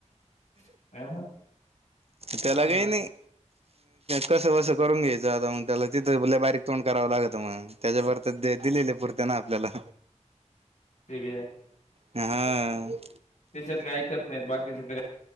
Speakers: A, on the left; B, on the right.
A: नाही हा
B: त्याला
A: हा ना
B: काय नाही. कसं बसं करून घ्यायचं. आता मग त्याला तिथं लय बारीक तोंड करावं लागतं, मग त्याच्याब तर दिलेले पुरते ना आपल्याला.
A: ते बी हाय.
B: ह.
A: त्याच्यातले ऐकत नाहीत. बाकीचे तरी